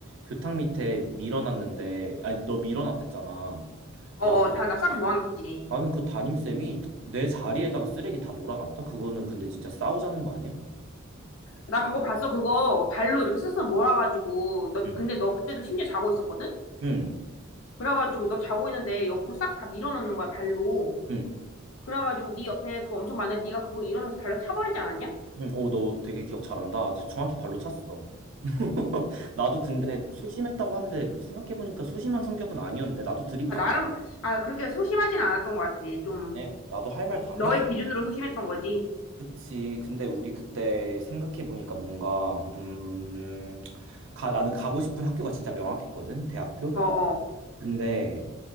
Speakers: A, on the right; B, on the left.
A: 교탁 밑에 밀어놨는데 아니 너 밀어놨댔잖아.
B: 어,
A: 나
B: 어, 다, 나 싹 모아놨지.
A: 나는 그 담임쌤이 내 자리에다가 쓰레기 다 몰아놨다. 그거는 근데 진짜 싸우자는 거 아니야?
B: 나 그거 봤어. 그거 발로 이렇게 쓱쓱 몰아가지고. 너,
A: 응.
B: 근데 너 그때도 심지어 자고 있었거든?
A: 응.
B: 그래가지고 너 자고 있는데 옆으로 싹 다 밀어넣는 거야, 발로.
A: 응.
B: 그래가지고 네 옆에 그거 엄청 많은데 네가 그거 일어나서 발로 차버리지 않았냐?
A: 응. 어, 너 되게 기억 잘한다. 정확히 발로 찼어. <laughs> 나도 근데 소심했다고 하는데 생각해보니까 소심한 성격은 아니었네. 나도 들이받았네.
B: 아, 나름, 아, 그렇게 소심하진 않았던 것 같아. 좀,
A: 네, 나도 할 말 다
B: 너의
A: 했.
B: 기준으로 소심했던 거지.
A: 그치. 근데 우리 그때 생각해 보니까 뭔가 음, 가 나는 가고 싶은 학교가 진짜 명확했거든. 대학교.
B: 어, 어,
A: 근데